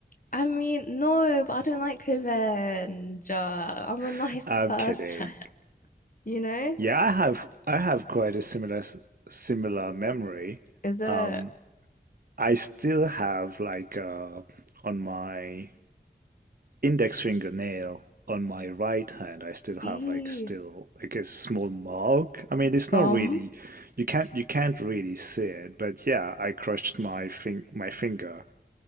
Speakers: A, on the left (about 50°); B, on the right (about 55°).
A: I mean, no, but I don't like revenge. Uh, I'm a nice
B: <laughs> I'm
A: person,
B: kidding.
A: <laughs> you know?
B: Yeah, I have I have quite a similar s- similar memory.
A: Is it
B: Um, I still have like uh, on my index fingernail on my right hand, I still have
A: E
B: like still like a small mark. I mean, it's
A: from?
B: not really you can't you can't really see it, but yeah, I crushed my fing my finger